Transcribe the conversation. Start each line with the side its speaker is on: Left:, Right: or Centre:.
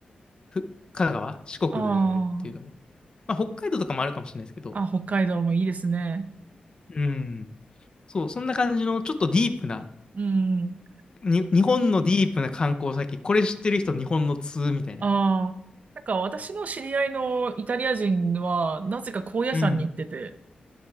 Left: ふ香川、四国っていうのも。
Right: あ
Left: まあ北海道とかもあるかもしれないですけど、
Right: あ、あ、北海道もいいですね。
Left: うん。そう、そんな感じのちょっとディープな、
Right: うん。
Left: に、日本のディープな観光先、これ知ってる人日本の通みたいな。
Right: ああ、なんか私の知り合いのイタリア人は、なぜか高野山に行ってて、
Left: うん。